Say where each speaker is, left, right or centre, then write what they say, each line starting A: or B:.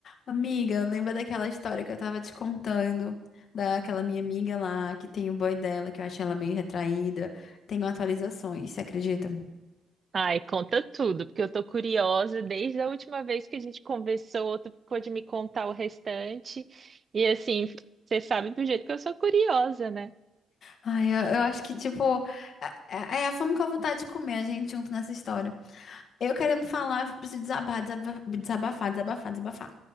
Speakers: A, on the left (about 60°); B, on the right (about 40°).
A: Amiga, lembra daquela história que eu tava te contando, daquela minha amiga lá, que tem o boy dela, que eu achei ela meio retraída. Tenho atualizações, você acredita?
B: Ai, conta tudo, porque eu tô curiosa desde a última vez que a gente conversou, tu ficou de me contar o restante. E assim, você sabe do jeito que eu sou curiosa, né?
A: Ai, eu, eu acho que, tipo, é é a fome com a vontade de comer a gente junto nessa história. Eu querendo falar, preciso desabar, desaba- desabafar, desabafar, desabafar.